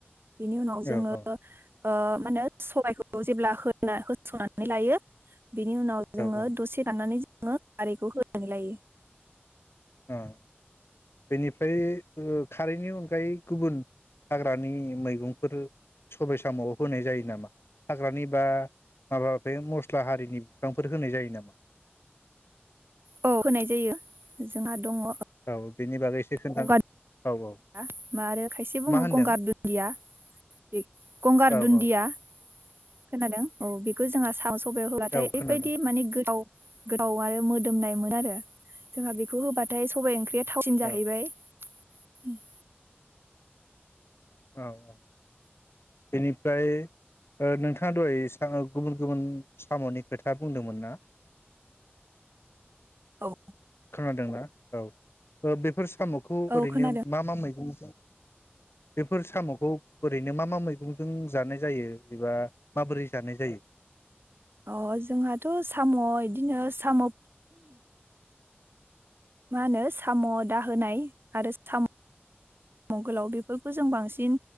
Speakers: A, on the right; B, on the left.
A: बिनि उनाव जोङो
B: औ औ
A: ओ मानो सबायखौ जेब्ला होना होथ्रनानै लायो बिनि उनाव जोङो
B: औ
A: दसे दाननानै <unintelligible> खारैखौ होनानै लायो।
B: आ बेनिफ्राय ओ खारैनि अनगायै गुबुन हाग्रानि मैगंफोर सबाय साम'आव होनाय जायो नामा? हाग्रानि बा माबा बे मस्ला हारिनि बिफांफोर होनाय जायो नामा?
A: औ होनाय जायो जोंहा दङ'।
B: औ बेनि बागै एसे खोन्था
A: गंगार
B: औ औ
A: <unintelligible> आरो खायसे बुङो
B: मा होनदों
A: गंगार दुन्दिया बे गंगार
B: औ
A: दुन्दिया
B: औ
A: खोनादों औ बेखौ जोंहा सा सबायाव होबाथाय
B: औ
A: ओरैबायादि
B: खोनादों
A: माने गोथाव गोबाव आरो मोदोमनाय मोनो आरो जोंहा बेखौ होबाथाय सबाय ओंख्रिया थावसिन जाहैबाय।
B: औ
A: <inaudible>
B: औ औ बेनिफ्राय नोंथाङा द'हैयो गुबुन गुबुन साम'नि खोथा बुंदोंमोन ना?
A: औ।
B: खोनादों ना? औ बेफोर साम'खौ
A: औ
B: ओरैनो
A: खोनादों
B: मा मा मैगं बेफोर साम'खौ ओरैनो मा मा मैगंजों जानाय जायो एबा माबोरै जानाय जायो?
A: अ जोंहाथ' साम' इदिनो साम' मा होनो साम' दाहोनाय आरो साम' म' गोलाव बेफोर जों बांसिन